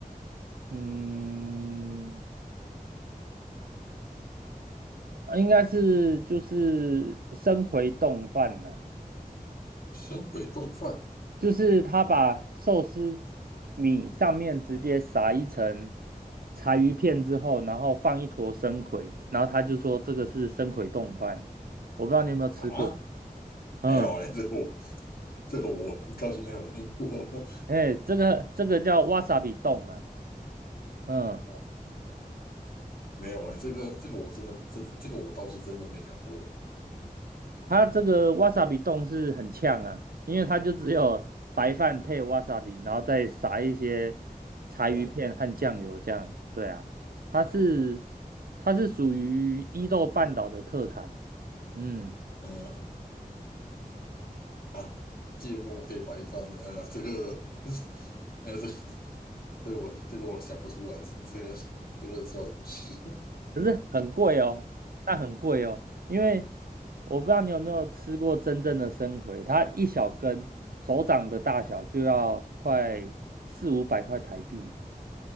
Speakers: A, on the right; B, on the left.
A: 嗯，啊应该是就是生回冻饭啦，
B: 神鬼冻饭
A: 就是他把寿司米上面直接撒一层柴鱼片之后，然后放一坨生葵，然后他就说这个是生葵冻饭，我不知道你有没有吃过，
B: 啊？没有哎、
A: 嗯，
B: 这个我这个我倒是没有听过
A: 哎，这个这个叫 wasabi 冻啊，嗯，
B: 啊，没有哎、这个这个我真的这这个我倒是真的没看过。
A: 它这个 wasabi 冻是很呛啊，因为它就只有白饭配 wasabi，然后再撒一些柴鱼片和酱油这样。
B: 嗯
A: 对啊，它是它是属于伊豆半岛的特产，嗯，
B: 嗯，啊，芥末配白饭，呃，这个，<laughs> 呃，这这个我这个我想不出来，这个这个叫什么吃？
A: 可是很贵哦，那很贵哦，因为我不知道你有没有吃过真正的生葵，它一小根手掌的大小就要快四五百块台币。